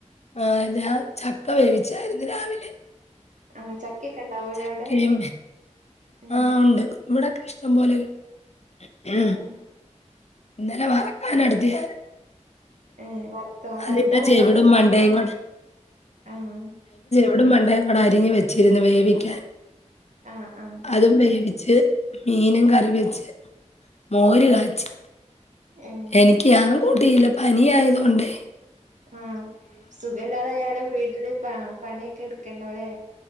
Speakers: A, on the left; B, on the right.
A: ആ
B: ഉം
A: ഞാൻചക്ക വേവിച്ചാരുന്നു ഇന്ന് രാവിലെ
B: ആഹ് ചക്കയൊക്കെ ഉണ്ടാവൂലേ
A: ചക്കയും
B: അവിടെ? ഏഹ്
A: ആഹ് ഉണ്ട് ഇവിടെക്കെ ഇഷ്ടം പൊലെ
B: ഏഹ്
A: കി
B: ഏഹ്
A: ഇന്നലെ വറക്കാൻ എടുത്ത് ഞാൻ
B: ഏഹ് വർത്ത
A: അതിന്റെ
B: വർത്ത നല്ല
A: ചെവിടും
B: രസാണ്
A: മണ്ടയും കൂടെ
B: ആഹ്
A: വിടും മണ്ടേം കൂടെ അറിഞ്ഞ് വെച്ചിരുന്നു വേവിക്കാൻ
B: ആഹ് ആഹ്
A: അതും വേവിച്ച് മീനും കറി വെച്ച് മോര്
B: ഏഹ്
A: കാച്ചി
B: ഏഹ്
A: എനിക്ക് ഞാൻ കൂട്ടില്ല പനി ആയതുകൊണ്ടെ
B: ഉം സുഖല്ലാതയാലും വീട്ടില് ആഹ്‌ പണിയൊക്കെ എടുക്കണലേ